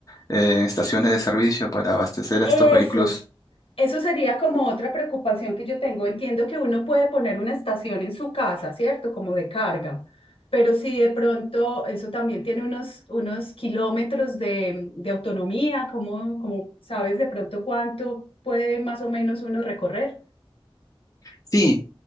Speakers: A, on the left; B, on the left.
A: eh, en estaciones de servicio para abastecer a
B: Eso.
A: estos vehículos
B: Eso sería como otra preocupación que yo tengo. Entiendo que uno puede poner una estación en su casa, ¿cierto? Como de carga, pero si de pronto eso también tiene unos, unos kilómetros de, de autonomía, ¿cómo, cómo sabes de pronto cuánto puede más o menos uno recorrer?
A: Sí,